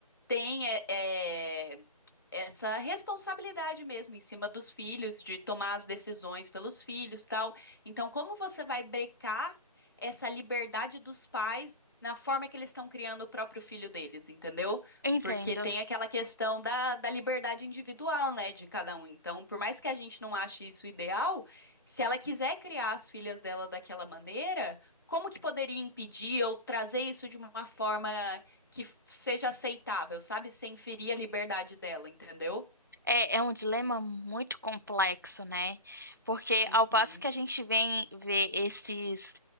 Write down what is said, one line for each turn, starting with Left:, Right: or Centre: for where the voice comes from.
Left: têm é, é, essa responsabilidade mesmo em cima dos filhos, de tomar as decisões pelos filhos, tal. Então, como você vai brecar essa liberdade dos pais na forma que eles estão criando o próprio filho deles, entendeu?
Right: Entendo.
Left: Porque tem aquela questão da, da liberdade individual, né, de cada um. Então, por mais que a gente não ache isso ideal, se ela quiser criar as filhas dela daquela maneira, como que poderia impedir ou trazer isso de uma forma que seja aceitável, sabe? Sem ferir a liberdade dela, entendeu?
Right: É, é um dilema muito complexo, né? Porque
Left: Uhum,
Right: ao passo que a gente vem ver esses